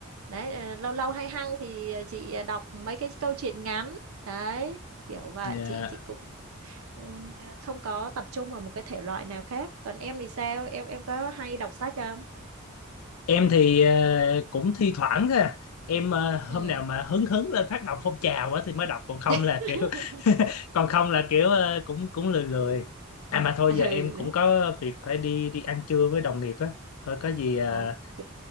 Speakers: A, on the right; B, on the left.
A: đấy ờ, lâu lâu hay hay thì ờ, chị ờ, đọc mấy cái câu chuyện ngắn đấy kiểu vậy
B: Dạ.
A: chị chị cũng ừ, không có tập trung vào một cái thể loại nào khác còn em thì sao em em có hay đọc sách không
B: em thì ờ, cũng thi thoảng thôi à. em ờ, hôm
A: ừ
B: nào mà hứng hứng lên phát động phong trào á thì mới đọc còn không
A: <laughs>
B: là kiểu <laughs> còn không là kiểu ờ, cũng cũng lười lười à mà thôi
A: ừ
B: giờ em cũng
A: đấy
B: có việc phải đi đi ăn trưa với đồng nghiệp á thôi có gì ờ,
A: ok